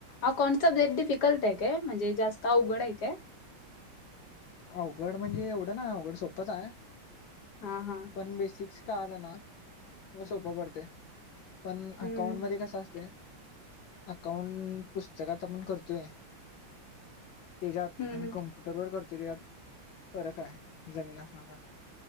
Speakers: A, on the left; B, on the left.
A: अकाउंटचे लय डिफिकल्ट आहे काय? म्हणजे जास्त अवघड आहे काय?
B: अवघड म्हणजे, एवढं नाय अवघड, सोपच हाय.
A: हा हा.
B: पण बेसिक्स कळालं ना, म सोपं पडतेय. पण
A: हम्म
B: अकाउंट मध्ये कस असतय. अकाउंट पुस्तकात आपण करतोय. तेच्यात
A: हम्म
B: आणि
A: हम्म
B: कंप वर करतोय यात फरक आहे जमीन आसमानचा